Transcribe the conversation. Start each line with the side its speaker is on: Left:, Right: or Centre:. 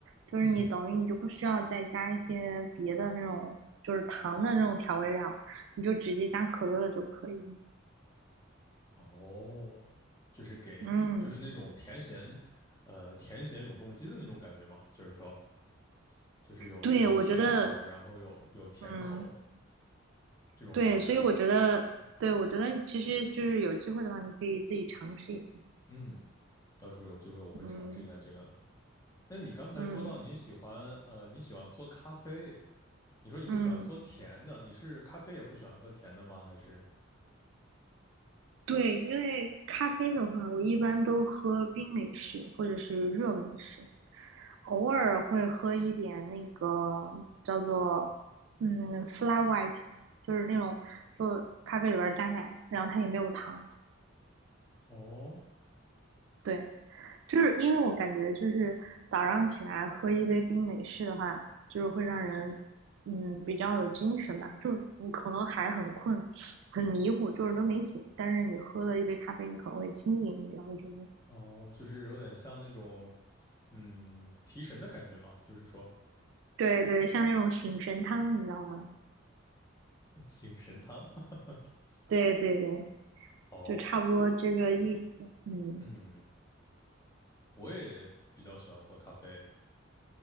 Right: 就是你等于你就不需要再加一些别的那种，
Left: 嗯，
Right: 就是糖的那种调味料，你就直接加可乐就可以了。
Left: 哦，就是给，
Right: 嗯，
Left: 就是那种甜咸，呃，甜咸永动机的那种感觉嘛，就是说，就是有有咸口，
Right: 对，我觉得，
Left: 然后有有甜口
Right: 嗯，
Left: 这种感觉啊。
Right: 对，所以我觉得，对，我觉得其实就是有机会的话，你可以自己尝试一下。
Left: 嗯，到时候有机会我会尝试一下这个呢。
Right: 嗯
Left: 那你刚才说到你喜欢呃你喜欢喝咖啡，
Right: 嗯
Left: 你说你不喜欢喝甜的，
Right: 嗯。
Left: 你是咖啡也不喜欢喝甜的吗？还是
Right: 对，因为咖啡的话，我一般都喝冰美式或者是热美式，偶尔会喝一点那个叫做嗯 flat white，就是那种就咖啡里边儿加奶，然后它也没有糖。
Left: 哦
Right: 对，就是因为我感觉就是早上起来喝一杯冰美式的话，就是会让人嗯比较有精神吧，就是你可能还很困，很迷糊，就是都没醒，但是你喝了一杯咖啡，你可能会清醒一点，我觉得。
Left: 哦，就是有点像那种嗯提神的感觉嘛，就是说
Right: 对对，像那种醒神汤，你知道吗？
Left: <laughs> 醒神汤。<laughs>
Right: 对对对，
Left: 哦，
Right: 就差不多这个意思。嗯，
Left: 嗯，我也比较喜欢喝咖啡。